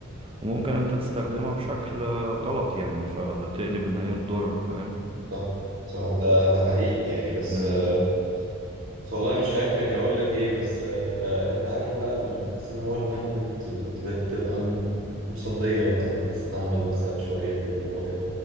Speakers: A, on the right; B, on the right.
A: وممكن انت تستخدمها بشكل آه، غلط يعني فتقلب ان هي تضرك فاهم
B: صح صح ده ده حقيقي يعني بس
A: مم.
B: آه، بس والله مش عارف يعني أقول لك إيه بس آه، أنت عارف بقى اللي بتحس إن هو دماغك بت... بت... بتبقى م- مصدية بعد ما تستعمل مثلا شوية الموبايل